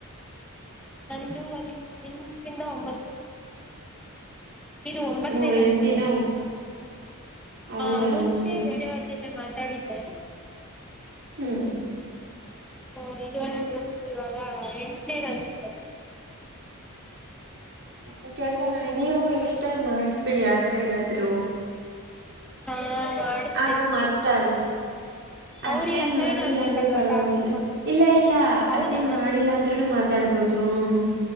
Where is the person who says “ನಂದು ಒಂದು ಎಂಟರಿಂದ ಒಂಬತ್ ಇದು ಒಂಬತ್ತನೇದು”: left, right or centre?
Centre